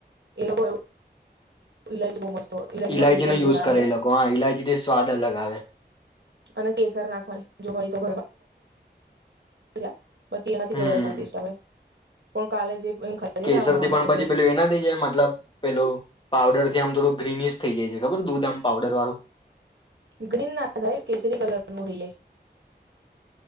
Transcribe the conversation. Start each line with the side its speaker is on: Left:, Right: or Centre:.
Right: એ લોકો એવું ઈલાયચી બોવ મસ્ત
Left: ઈલાયચીનો
Right: જ
Left: યુઝ
Right: જોરદાર
Left: કરે
Right: આવે
Left: એ લોકો, હા ઈલાયચી થી સ્વાદ અલગ આવે.
Right: અને કેસર નાખવાની જો હોય તો <unintelligible> બાકી એનાથી
Left: હમ
Right: વધારે સારું ટેસ્ટ આવે. પણ કાલે જે ખાધી
Left: કેસર
Right: ને આહાહા
Left: થી
Right: મજા
Left: પણ પછી
Right: આઈ
Left: પેલું એનાથી જ એ મતલબ પેલું પાવડર થી આમ થોડું ગ્રીનિશ થઈ જાય છે, ખબર આમ દૂધ આમ પાવડર વાળું.
Right: ગ્રીન ના થાય, કેસરી કલરનું થઈ જાય.